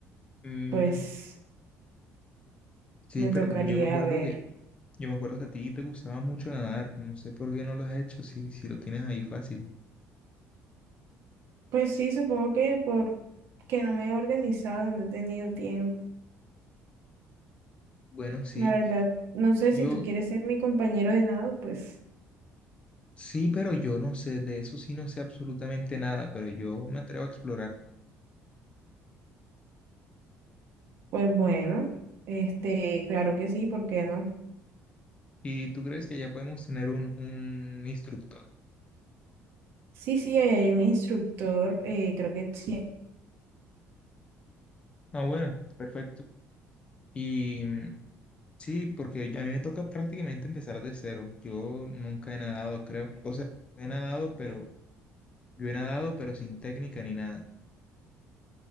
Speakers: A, on the left; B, on the right.
A: Mm,
B: pues
A: sí,
B: me
A: pero
B: tocaría
A: yo me acuerdo
B: ver.
A: que, yo me acuerdo que a ti te gustaba mucho nadar. No sé por qué no lo has hecho, si, si lo tienes ahí fácil.
B: Pues sí, supongo que por que no me he organizado, no he tenido tiempo.
A: Bueno, sí,
B: La verdad, no sé
A: yo,
B: si tú quieres ser mi compañero de nado, pues,
A: sí, pero yo no sé, de eso sí no sé absolutamente nada, pero yo me atrevo a explorar.
B: pues bueno, este, claro que sí, ¿por qué no?
A: ¿Y tú crees que ya podemos tener un, un instructor?
B: Sí, sí, ahí hay un instructor, eh, creo que sí
A: Ah, bueno, perfecto. Y mm, sí, porque ya a mí me toca prácticamente empezar de cero. Yo nunca he nadado, creo. O sea, he nadado, pero yo he nadado, pero sin técnica ni nada.